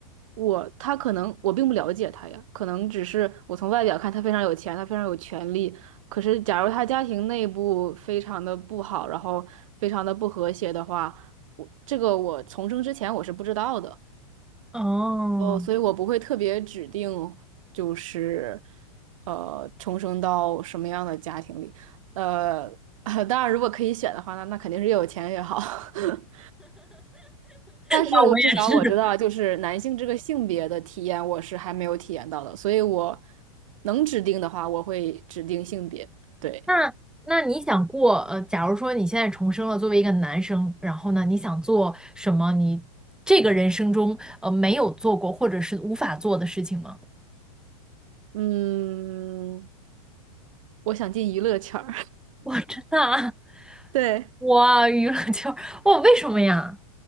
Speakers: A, on the right (about 65°); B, in the centre.
A: 我他可能我并不了解他呀，可能只是我从外表看他非常有钱，他非常有权利。可是假如他家庭内部非常的不好，然后非常的不和谐的话，我这个我重生之前我是不知道的。
B: 哦，
A: 哦，所以我不会特别指定，就是呃，重生到什么样的家庭里。呃，<laughs> 当然，如果可以选的话，那那肯定是越有钱越好。<laughs> 但是我至少我知道，
B: 啊，我也是。
A: 就是男性这个性别的体验，我是还没有体验到的。所以我能指定的话，我会指定性别。对，
B: 那那你想过，呃，假如说你现在重生了，作为一个男生，然后呢，你想做什么？你这个人生中，呃，没有做过或者是无法做的事情吗？<laughs>
A: 嗯，我想进娱乐圈儿，
B: 我真的啊！
A: <laughs> 对，
B: 哇，娱乐圈儿，哇，为什么呀？